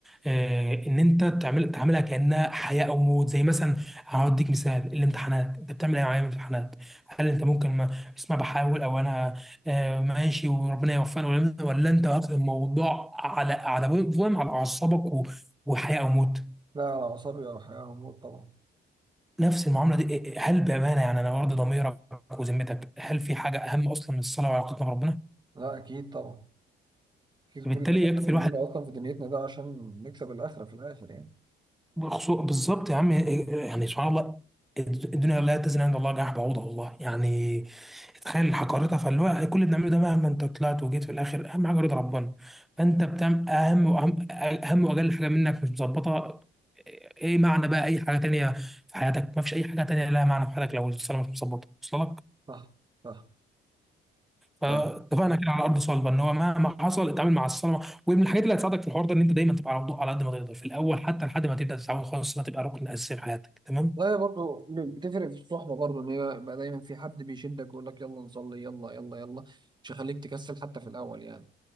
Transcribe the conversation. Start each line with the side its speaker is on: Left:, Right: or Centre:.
Centre: آه، إن أنت تعمل تعملها كأنها حياة أو موت زي مثلا هديك مثال الامتحانات أنت بتعمل إيه معايا في الامتحانات هل أنت ممكن ما اسمع بحاول أو أنا آه، ماشي وربنا يوفقني ولا ولا أنت واخد الموضوع على على فاهم على أعصابك و- وحياة أو موت
Right: لا على اعصابي او حاجه هموت طبعا
Centre: نفس المعامله دي إيه- إيه، هل بامانه يعني انا برضه ضميرك وذمتك هل في حاجه اهم اصلا من الصلاه وعلاقتنا بربنا؟
Right: لا اكيد طبعا اكيد
Centre: فبالتالي
Right: كل اللي
Centre: يكفي
Right: احنا بنعمله
Centre: الواحد
Right: اصلا في دنيتنا ده عشان نكسب الاخره في الاخر يعني
Centre: بخصوص بالظبط يا عم إيه- إيه، يعني سبحان الله الد- الدنيا لا تزن عند الله جناح بعوضه والله يعني تخيل حقارتها فاللي هو كل اللي بنعمله ده مهما انت طلعت وجيت في الاخر اهم حاجه رضا ربنا فانت بتعمل اهم واهم اهم واجل حاجه منك مش مظبطه ايه معنى بقى اي حاجه تانيه في حياتك ما فيش اي حاجه تانيه لها معنى في حياتك لو الصلاه مش مظبطه وصل لك
Right: صح صح
Centre: فاتفقنا
Right: فاهم
Centre: كده على ارض صلبه ان هو مهما حصل اتعامل مع الصنعه ومن الحاجات اللي هتساعدك في الحوار ده ان انت دايما تبقى على وضوء على قد ما تقدر في الاول حتى لحد ما تبدا تتعود خالص انها تبقى ركن اساسي في حياتك تمام
Right: والله برضه بتفرق في الصحبه برضه ان هي بقى دايما في حد بيشدك ويقول لك يلا نصلي يلا يلا يلا مش هيخليك تكسل حتى في الاول يعني